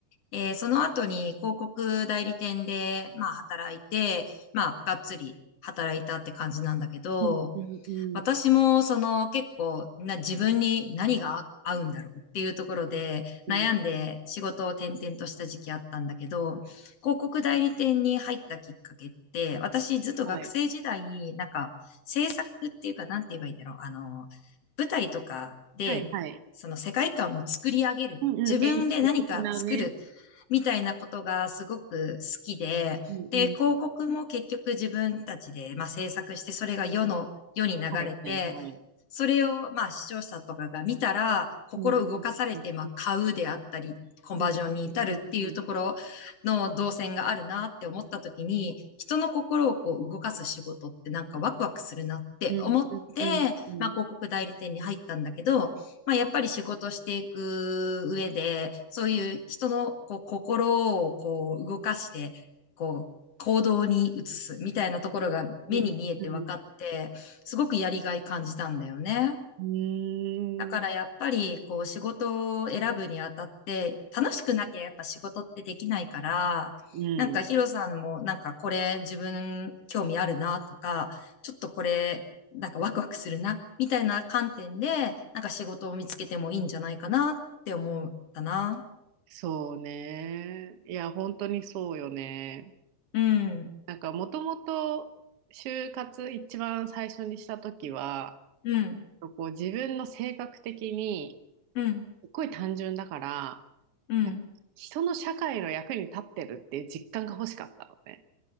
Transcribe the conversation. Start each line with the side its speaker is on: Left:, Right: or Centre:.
Left: えーその後に広告代理店で、まあ働いて、まあがっつり働いたって感じなんだけど、
Right: うんうんうん
Left: 私もその結構な自分に何が合うんだろうっていうところで悩んで仕事を転々とした時期あったんだけど、
Right: うん
Left: 広告代理店に入ったきっかけって、私ずっと学生時代、
Right: はい。
Left: なんか制作っていうかなんて言えばいいんだろう。あの、舞台とかでその世界観を作り上げる。
Right: はいはい。うんうん。
Left: 自分で何か作る。
Right: 演出的なね。
Left: みたいなことがすごく好きで、
Right: うんうん。
Left: で、広告も結局自分たちで、まあ、制作して、それが世の世に流れて、
Right: はいはいはい。
Left: それを、まあ、視聴者とかが見たら、心動かされて、
Right: うんうんうん
Left: まあ、買うであったり、コンバージョンに至るっていうところの動線があるなって思った時に、
Right: うんうんうん
Left: 人の心をこう動かす仕事ってなんかワクワクするなって思って、
Right: うんうんうんうんうん
Left: まあ、広告代理店に入ったんだけど、まあ、やっぱり仕事していく上で、そういう人のこう心をこう動かして、こう行動に移すみたいなところが目に見えて分かって、
Right: うんうん
Left: すごくやりがい感じたんだよね。
Right: うん
Left: だからやっぱり、こう、仕事を選ぶにあたって、楽しくなきゃやっぱ仕事ってできないから、
Right: うん、
Left: なんかヒロさんも、
Right: うん
Left: なんかこれ自分興味あるなとか、ちょっとこれ、なんかワクワクするな、みたいな観点で、なんか仕事を見つけてもいいんじゃないかなって思ったな。
Right: そうね。いや、本当にそうよね。
Left: うん、
Right: なんか、もともと就活一番最初にした時は、
Left: うん、
Right: こう自分の性格的に
Left: うん、
Right: すっごい単純だから、
Left: うん、
Right: なんか人の社会の役に立ってるっていう実感が欲しかったのね。